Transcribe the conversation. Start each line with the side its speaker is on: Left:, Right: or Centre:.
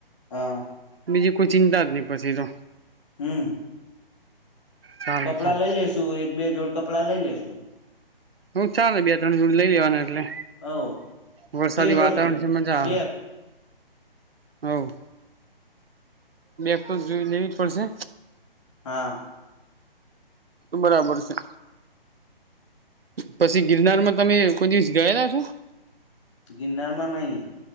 Left: હા.
Right: બીજી કોઈ ચિંતા જ નહી પછી તો.
Left: હમ.
Right: ચાલે
Left: કપડાં
Right: ચાલે
Left: લઈ લેશુ એક બે જોડ કપડાં લઈ લેશુ.
Right: હું ચાલે બે ત્રણ જોડ લઈ લેવાના એટલે,
Left: હવ
Right: વરસાદી
Left: ટેલો
Right: વાતાવરણ
Left: લઈ લે
Right: છે મજા
Left: બેગ
Right: આવે. હ. બે તો જોઈ લેવી જ પડશે.
Left: હા.
Right: બરાબર છે. પછી ગિરનાર માં તમે કોઈ દિવસ ગયેલા છો?
Left: ગિનરમાં નહી,